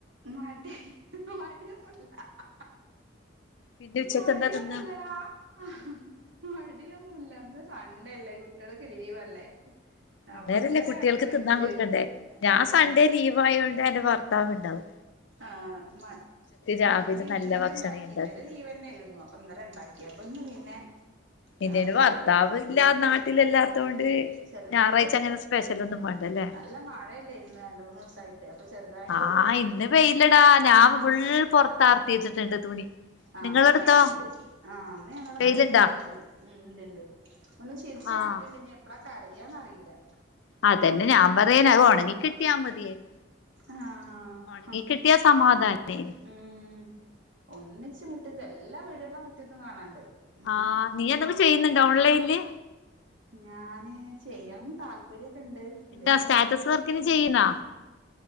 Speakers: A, on the right; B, on the left.
A: മടി മടിയൊന്നല്ല അ അ ആ
B: പിന്നെ ഉച്ചക്ക്
A: മടിയൊന്നുല്ലടാ
B: എന്താ തിന്നാ
A: ആഹ്ഹ്ഹ് മടിയൊന്നുല്ല ഇന്ന് സണ്ടെല്ലേ കുട്ടിയോളൊക്കെ ലീവല്ലേ
B: അന്നേരല്ലേ
A: അപ്പൊ ഇന്നലെ
B: കുട്ടിയേൾക്ക്
A: ഒക്കെ വെച്ച്
B: തിന്നാൻ കൊടുക്കണ്ടേ ഞാ
A: ആഹ്
B: സൺഡേ ലീവായോണ്ട് എന്റെ ഭർത്താവ് ണ്ടാവും
A: ആഹ് മ്അ
B: രാവിലെ
A: മന്തി
B: നല്ല
A: ഇന്നലെ
B: ഭക്ഷണേ
A: ഇണ്ടാക്കി
B: ഉണ്ടാക്കി
A: ഇന്നലെ
B: കൊടുക്കു
A: ലീവെ ന്നേര്ന്നു അ പ്പന്നലെ ഇണ്ടാക്ക്യപ്പ ഇന്ന് പിന്നെ
B: എന്റെന്
A: ആഹ് വെയ്യാ
B: ഭർത്താവ്
A: തോന്നാ
B: ഇല്ല
A: എനിക്ക്
B: നാട്ടിലില്ലാത്തോണ്ട്
A: ചെറുതായിട്ടൊരു
B: ഞാറായ്ച അങ്ങനെ സ്പെഷ് റ്റലന്നും വാണ്ടല്ലേ
A: നല്ല മഴയെല്ലേര്ന്ന് രണ്ട് മൂന്നൂസായിട്ട് അപ്പ ചെറ്തായിട്ടൊരു
B: ആഹ് ഇന്ന് പെയ്ലടാ ഞാ ഫുൾ പൊർത്താർത്തിയിച്ച്ട്ട്ണ്ട് തുണി
A: ആഹ്
B: നിങ്ങളെടുത്തോ
A: ഇന്ന് വെയ്ല്ണ്ട് ആഹ് ഇന്ന് ഞങ്ങളെ
B: വെയിലുണ്ടോ
A: നാട്ടില് വെയ്ല്ണ്ട് ഉം ഇണ്ട്ണ്ട് ഒന്ന് ചിരിച്ച്
B: ആഹ്
A: ആണിക്ക്ണ്ട് ഇഞ്ഞെ എപ്പളാ കരായാന്നറിയില്യ
B: അതന്നെ ഞാപറയന് അത് ഒണങ്ങി കിട്ടിയാമതിയേന്
A: ആഹ്
B: ഒണങ്ങി കിട്ടിയാസമാധാനേന്
A: ഉം ഒന്നിച്ച് മുറ്റത്ത് എല്ലാ വീട്കള്ടെ മുറ്റത്തും കാണാണ്ട് ഉം
B: ആഹ് നീ എന്തൊങ്കിലും ചെയ്യ്ന്ന്ണ്ടോ ഓൺലൈൻല്
A: ഞാന് ചെയ്യാന് താല്പര്യൊക്കെണ്ട് ൻന്തേലെക്കെ
B: എന്താ സ്റ്റാറ്റസ്
A: വർക്ക്
B: വർക്കിന് ചെയ്യുന്നാ